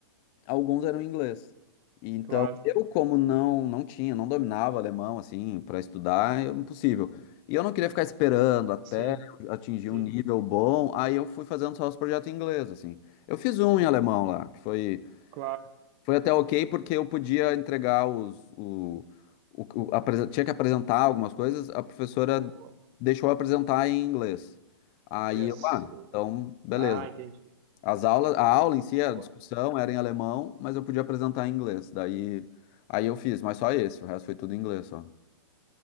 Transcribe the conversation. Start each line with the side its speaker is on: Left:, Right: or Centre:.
Left: alguns eram em inglês. E então
Right: claro,
Left: eu como não não tinha, não dominava alemão assim para estudar, é impossível. E eu não queria ficar esperando até
Right: sim,
Left: eu atingir
Right: sim,
Left: um nível bom. Aí eu fui fazendo só os projetos em inglês assim. Eu fiz um em alemão lá, que foi
Right: claro.
Left: foi até ok porque eu podia entregar os, o, o, o- apresen- tinha que apresentar algumas coisas, a professora
Right: Pô,
Left: deixou eu apresentar em inglês. Aí
Right: podia
Left: eu,
Right: ser.
Left: ah, então, beleza.
Right: Ah, entendi.
Left: As aulas, a aula em si, a
Right: Pô,
Left: discussão era em alemão, mas eu podia apresentar em inglês. Daí, aí eu fiz, mas só esse, o resto foi tudo em inglês, só.